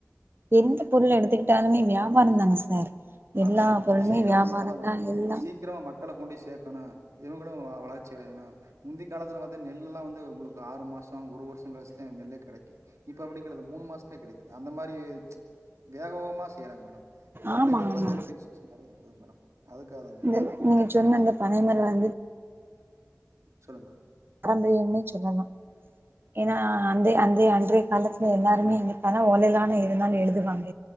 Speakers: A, on the right; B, on the right.
A: எந்த பொருள் எடுத்துக்கிட்டாலுமே வியாபார தான சார் எல்லா
B: அதா மேடம்
A: பொருளுமே
B: சீக்கிரமா
A: வியாபாரந்தா
B: அதா மேடம்
A: எல்லா
B: சீக்கிரமா மக் மக்கள கொண்டு போய் சேக்கணு இவங்களு வளர்ச்சி அடையணு முந்தி காலத்துல பாத்தா நெல் எல்லா வந்து உங்களுக்கு ஆறு மாசோ ஒரு வருஷோ கழிச்சுதா நெல்லே கெடைக்கு இப்ப அப்டி கெடயாது மூனு மாசத்லயே கெடக்குது அந்த மாரி வேக வேகமா செய்யுறாங்க மேடம் அப்
A: ஆமா
B: அப்டிங்கிறப்ப
A: ஆமா
B: ஹெல்த் இஷ்யூஸ் நெறய வருது மேடம் அதுக்காக தா மேடம்
A: இந்த நீங்க சொன்ன இந்த பனைமரம் வந்து
B: சொல்லுங்க மேடம்
A: அந்த என்ன சொல்லலா ஏனா
B: ஆமா மேடம்
A: அந்தே அந்தே அன்றே காலத்துல எல்லாருமே எங்கப்பானா ஒலைலதான எதுனாலு எழுதுவாங்க